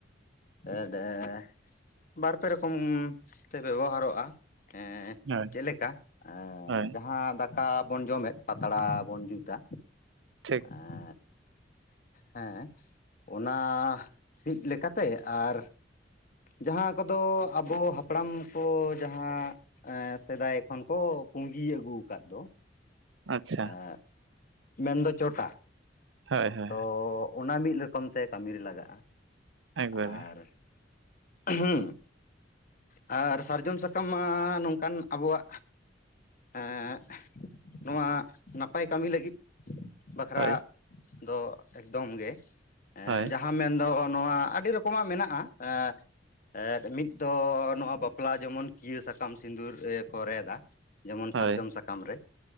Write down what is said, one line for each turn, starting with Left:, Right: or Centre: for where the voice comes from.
Left: ᱮᱰ ᱮᱸ ᱵᱟᱨᱯᱮ ᱨᱚᱠᱚᱢ ᱛᱮ ᱵᱮᱵᱚᱦᱟᱨᱚᱜᱼᱟ ᱮᱸ
Right: ᱦᱳᱭ
Left: ᱪᱮᱞᱮᱠᱟ ᱞᱮᱠᱟ
Right: ᱦᱳᱭ
Left: ᱡᱟᱦᱟᱸ ᱫᱟᱠᱟ ᱵᱚᱱ ᱡᱚᱢᱮᱫ ᱯᱟᱛᱲᱟ ᱵᱚᱱ ᱡᱩᱛᱟ᱾
Right: ᱴᱷᱤᱠ
Left: ᱮᱸᱜ ᱦᱮᱸ ᱚᱱᱟ ᱥᱤᱫ ᱞᱮᱠᱟᱛᱮ ᱟᱨ ᱡᱟᱦᱟᱸ ᱠᱚᱫᱚ ᱟᱵᱚ ᱦᱟᱯᱲᱟᱢ ᱠᱚ ᱡᱟᱦᱟᱸ ᱮᱸ ᱥᱮᱫᱟᱭ ᱠᱷᱚᱱ ᱠᱚ ᱯᱩᱸᱜᱤ ᱟᱹᱜᱩᱣᱟᱠᱟᱜ ᱫᱚ,
Right: ᱟᱪᱪᱷᱟ
Left: ᱟᱨ ᱢᱮᱱᱫᱚ ᱪᱚᱴᱟ᱾
Right: ᱦᱳᱭ ᱦᱳᱭ᱾
Left: ᱛᱚ ᱚᱱᱟ ᱢᱤᱫ ᱨᱚᱠᱚᱢ ᱛᱮ ᱠᱟᱹᱢᱤ ᱨᱮ ᱞᱟᱜᱟᱜᱼᱟ,
Right: ᱮᱠᱵᱟᱨᱮ
Left: ᱟᱨ ᱦᱩᱸ ᱟᱨ ᱥᱟᱨᱡᱚᱢ ᱥᱟᱠᱟᱢ ᱢᱟ ᱱᱚᱝᱠᱟᱱ ᱟᱵᱚᱣᱟᱜ ᱮᱸᱜ ᱱᱚᱣᱟ ᱱᱟᱯᱟᱭ ᱠᱟᱹᱢᱤ ᱞᱟᱹᱜᱤᱫ ᱵᱟᱠᱷᱨᱟ
Right: ᱦᱳᱭ
Left: ᱫᱚ ᱮᱠᱫᱚᱢ ᱜᱮ ᱮᱸ
Right: ᱦᱳᱭ
Left: ᱡᱟᱦᱟ ᱦᱟᱸ ᱢᱮᱱᱫᱚ ᱱᱚᱣᱟ ᱟᱹᱰᱤ ᱨᱚᱠᱚᱢᱟᱜ ᱢᱮᱱᱟᱜᱼᱟ, ᱮᱸ ᱮᱫ ᱢᱤᱫ ᱫᱚ ᱱᱚᱣᱟ ᱵᱟᱯᱞᱟ ᱡᱮᱢᱚᱱ ᱠᱤᱭᱟᱹ ᱥᱟᱠᱟᱢ ᱥᱤᱸᱫᱩᱨ ᱨᱮᱫ ᱠᱚ ᱨᱮᱫᱟ ᱡᱮᱢᱚᱱ
Right: ᱦᱳᱭ
Left: ᱥᱟᱨᱡᱚᱢ ᱥᱟᱠᱟᱢ ᱨᱮ,